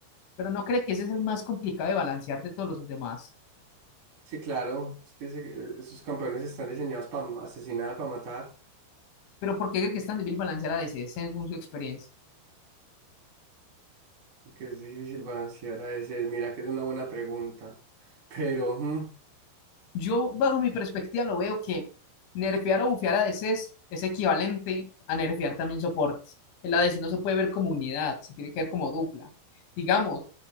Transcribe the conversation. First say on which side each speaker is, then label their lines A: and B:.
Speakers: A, on the left (about 85°); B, on the right (about 45°).
A: Pero no cree que ese es el más complicado de balancear de todos los demás.
B: Sí, claro, es que se- esos campeones están diseñados para asesinar, para matar,
A: Pero ¿por qué cree que es tan difícil balancear a DC según su experiencia?
B: y que es difícil balancear a veces. Mira que es una buena pregunta, <laughs> pero mm,
A: Yo, bajo mi perspectiva, lo veo que nerfear o bufear a DC es es equivalente a nerfear también soportes. El ADC no se puede ver como unidad, se tiene que ver como dupla. Digamos,